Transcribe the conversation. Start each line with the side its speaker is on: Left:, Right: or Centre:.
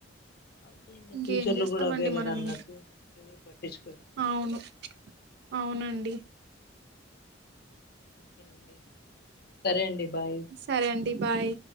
Left: అంతే ఇంకా
Right: ఇంకేం
Left: ఫ్యూచర్
Right: చేస్తామండి
Left: లో కూడా అవే కదా
Right: మనం
Left: అన్నట్టు
Right: ఇంకా
Left: ఎవరు పట్టించుకోరు
Right: అవును అవునండి
Left: ఇంకేం అండి సరే అండి బాయ్
Right: సరే అండి బాయ్